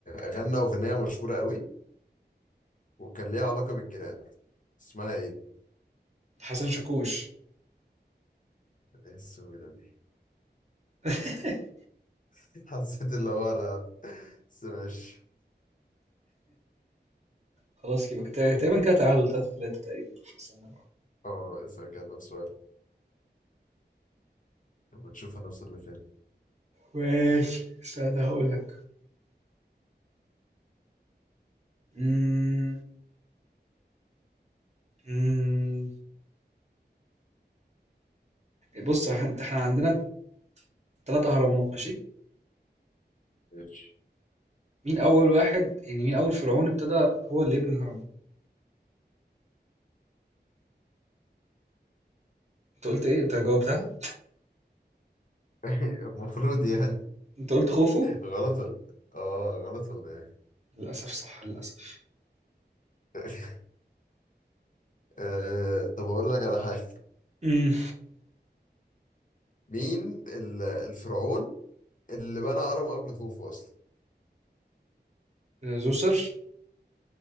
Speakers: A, on the left; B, on the right.
A: غنى أغنية مشهورة قوي وكان ليها علاقة بالجيران اسمها ايه؟
B: حسن شاكوش
A: ايه السهولة دي؟
B: <laughs>
A: <laughs> حسيت اللي هو انا بس ماشي
B: خلاص يبقى كده- تقريبا كده تعادل 3 3 تقريبا استنى بقى
A: اه اسأل كده طب سؤال ونشوف هنوصل لفين
B: ماشي استنى هقول لك امم امم بص إح- انت احنا عندنا 3 أهرامات ماشي
A: ماشي
B: مين أول واحد يعني مين أول فرعون ابتدى هو اللي يبني الهرم أنت قلت إيه أنت جاوبتها
A: <laughs> المفروض يعني
B: أنت قلت خوفو
A: غلط ولا اه غلط ولا ايه؟
B: للأسف صح للأسف
A: <laughs> آه طب اقول لك على حاجة
B: امم
A: مين ال- الفرعون اللي بنى هرم قبل خوفو اصلا؟
B: زوسر